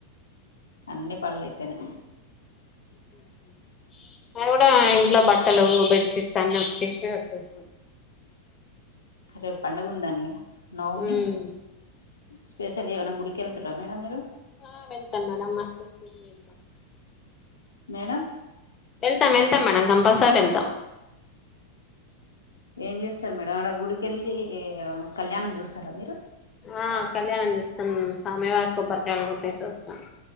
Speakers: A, on the left; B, on the left.
A: అన్నీ పనులు అయితేనే
B: <unintelligible> ఇంట్లో బట్టలు బెడ్షీట్స్ అన్ని ఉతికేసి వచ్చేషినాం
A: రేపు పండుగ ఉందని కద నవమి
B: ఉమ్
A: స్పెషల్ ఏమన్నా గుడికి ఎళ్తుర్ర మేడం మీరు
B: ఆ వెళ్తాం మేడం <unintelligible>
A: మేడం
B: ఎళ్తాం ఎళ్తాం మేడం కంపల్సరీ వెళ్తాం
A: ఏం చేస్తారు మేడం ఆడ గుడికెళ్ళి కళ్యాణం చూస్తారా మీరు
B: ఆ కళ్యాణం చూస్తామ్ స్వామివారి కి కొబ్బరికాయలు కొట్టేసి వస్తాను